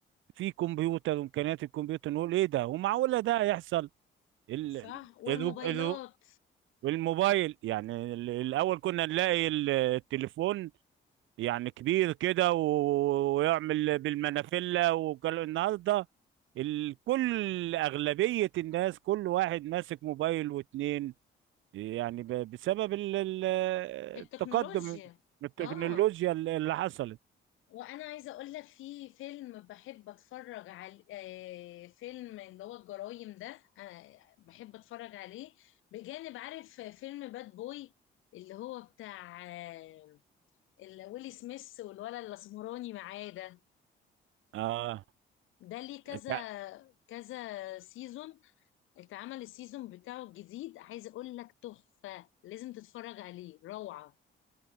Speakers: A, on the right; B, on the left.
A: فيه كمبيوتر وامكانيات الكمبيوتر نقول ايه ده ومعقوله ده يحصل ال...
B: صح والموبايلات
A: ال... ال... الموبايل يعني ال- الاول كنا نلاقي ال- التليفون يعني كبير كده و- ويعمل بالمنافله وكل النهارده ال- كل اغلبيه الناس كل واحد ماسك موبايل واتنين يعني ب- بسبب ال- ال-
B: التكنولوجيا
A: التقدم التكنولوجيا
B: اه
A: اللي حصلت
B: وانا عايزه اقول لك في فيلم بحب اتفرج على آه، فيلم اللي هو الجرايم ده آه، بحب اتفرج عليه بجانب عارف فيلم باد بوي اللي هو بتاع آه، اللي ويلي سميث والولد الاسمراني معاه ده
A: اه
B: ده ليه كذا
A: انت
B: كذا سيزون اتعمل السيزون بتاعه الجديد عايزه اقول لك تحفه لازم تتفرج عليه روعه